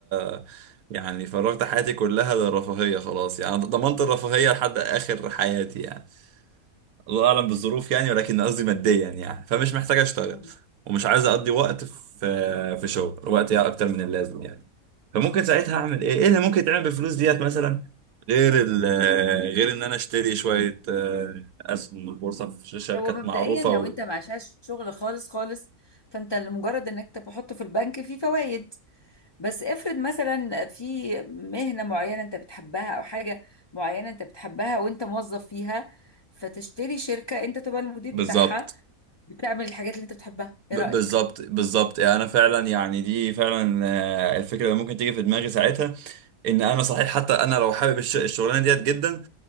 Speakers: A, on the right (about 75°); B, on the left (about 30°).
A: آه، يعني فرغت حياتي كلها للرفاهيه خلاص يعني ضمنت الرفاهيه لحد اخر حياتي يعني الله اعلم بالظروف يعني ولكن قصدي ماديا يعني فمش محتاج اشتغل
B: مم.
A: ومش عايز اقضي وقت في في شغل وقت يعني اكتر من اللازم يعني فممكن ساعتها اعمل ايه ايه اللي ممكن يتعمل بالفلوس ديت مثلا غير ال غير ان انا اشتري شويه آه، اسهم من البورصه في شركات
B: هو مبدئيا
A: معروفه
B: لو
A: وال-
B: انت معشاش شغل خالص خالص فانت لمجرد انك تحطه في البنك فيه فوائد بس افرض مثلا في مهنة معينة انت بتحبها او حاجة معينة انت بتحبها وانت موظف فيها فتشتري شركة انت تبقى المدير
A: بالظبط
B: بتاعها بتعمل الحاجات اللي انت بتحبها
A: ب-
B: ايه رأيك
A: بالظبط بالظبط انا فعلا يعني دي فعلا آه، الفكره اللي ممكن تيجي في دماغي ساعتها ان انا صحيح حتى انا لو حابب الش- الشغلانه ديت جدا